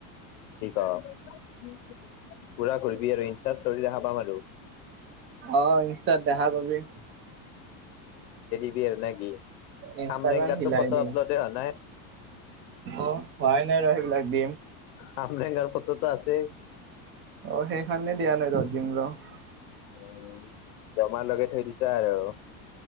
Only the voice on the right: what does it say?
অ ইনষ্টাত দেখা পাবি।
ইনষ্টাগ্ৰাম
হিলাই
দিম
অ' হোৱাই নাই ৰহ সেইবিলাক দিম।
অ সেইখনহে দিয়া নাই ৰহ দিম ৰহ।